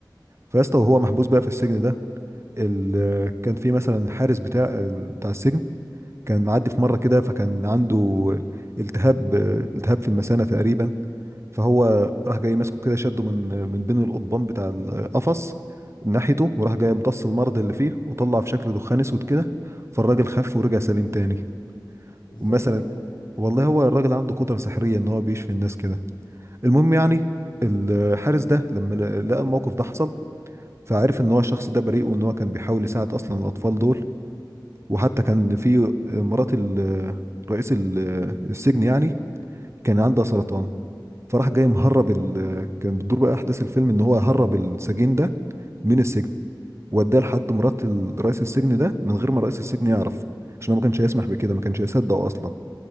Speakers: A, on the right; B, on the left.
A: فيا اسطى وهو محبوس بقى في السجن ده ال... كان في مثلا الحارس بتاع بتاع السجن كان معدي في مرة كده فكان عنده التهاب التهاب في المثانة تقريبا فهو راح جاي ماسكه كده شده من من بين القضبان بتاع القفص ناحيته وراح جاي امتص المرض اللي فيه وطلع في شكل دخان اسود كده فالراجل خف ورجع سليم تاني
B: ازاي
A: ومثلا
B: ده يعني
A: والله هو الراجل عنده قدرة سحرية ان هو بيشفي الناس كده المهم يعني الحارس ده لما ل- لقى الموقف ده حصل فعرف ان هو الشخص ده بريء وان هو كان بيحاول يساعد اصلا الاطفال دول وحتى كان في مرات ال- رئيس ال- السجن يعني كان عندها سرطان فراح جاي مهرب ال... كان بتدور بقى احداث الفيلم ان هو هرب السجين ده من السجن واداه لحد مرات ال- رئيس السجن ده من غير ما رئيس السجن يعرف عشان هو ما كانش هيسمح بكده ما كانش هيصدق اصلا